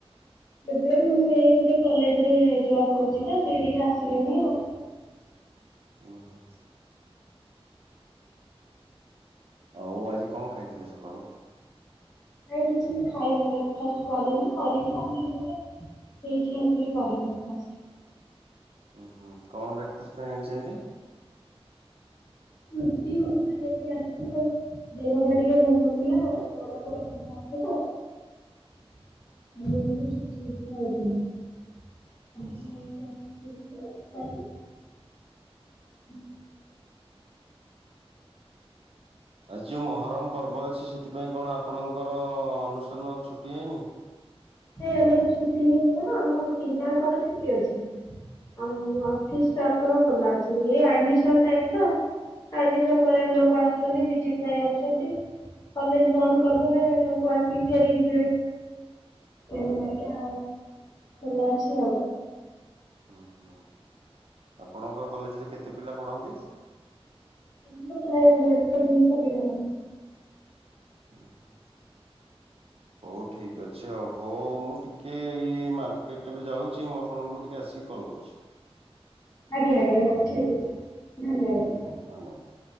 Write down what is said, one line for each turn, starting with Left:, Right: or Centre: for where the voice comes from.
Left: ଏବେ ମୁଁ ଏଇ ଗୋଟେ କଲେଜରେ ଜବ୍ କରୁଛି ତ ସେଇଠିକେ ଆସିଲିଣି ଆଉ।
Right: ଓହୋ। ଆଉ ଆଜି କଣ ଖାଇଥିଲେ ସକାଳୁ?
Left: ଏବେ ଆଉ କିଛି ମୁଁ ଖାଇଲିନି ବ୍ରେକଫାଷ୍ଟ କରିନି କରିବି ଆଉ ଟିକେ ପରେ। ସେଇଠି ଆସିଲି କରେ ବ୍ରେକଫାଷ୍ଟ।
Right: ଉଁ ହୁଁ କଣ ବ୍ରେକଫାଷ୍ଟ ପାଇଁ ଆଣିଛନ୍ତି?
Left: ରୁଟି, ଭଜା ଏମତି ଆଣିଛି ଆଉ। ଦେହଟା ଟିକେ ଭଲ ନଥିଲା ଗୋଡ ଫୋଡ ବିନ୍ଧା ହଉଚି ତ। <unintelligible>
Right: ହଁ।
Left: <inaudible> ହଁ।
Right: ଆଜି ଯୋଉ ମହରମ ପର୍ବ ଅଛି ସେଥିପାଇଁ କଣ ଆପଣଙ୍କର ଅନୁଷ୍ଠାନ ଛୁଟି ହେଇନି?
Left: ଏ ଆମର ଛୁଟି ହେଇନି କଣ ଆମର ପିଲାଙ୍କର ଛୁଟି ଅଛି। ଆଉ ଅଫିସ୍ ଷ୍ଟାଫଙ୍କର ଖୋଲା ଅଛି, ନ୍ୟୁ ଆଡମିଶନ୍ ଟାଇମ ତ। ଆଡମିଶନ୍ କରିବାକୁ ଲୋକ ଆସଛନ୍ତି ଭିଜିଟ ପାଇଁ ଆସଛନ୍ତି। କଲେଜ ବନ୍ଦ କରିଦେଲେ ଲୋକ ଆସିକି ଫେରିକି ଯିବେ। ତେଣୁ କରିକି ଆଉ ଖୋଲା ଅଛି ଆଉ।
Right: ହୁଁ ହୁଁ ଆପଣଙ୍କ କଲେଜରେ କେତେ ପିଲା ପଢନ୍ତି?
Left: <inaudible> ଦେଢ଼ଶହ ଦୁଇଶହ ପିଲା ପଢ଼ନ୍ତି।
Right: ଓ ହୋ ହଉ ଠିକ ଅଛି ଆଉ, ହଉ ମୁଁ ଟିକେ ଏଇ ମାର୍କେଟ ଏବେ ଯାଉଛି ମୁଁ ଆପଣଙ୍କୁ ଟିକେ ଆସିକି କଲ୍ କରୁଛି।
Left: ଆଜ୍ଞା, ଆଜ୍ଞା ହଉ ଠିକ ଅଛି ଧନ୍ୟବାଦ।
Right: ଆଜ୍ଞା ଧନ୍ୟବାଦ।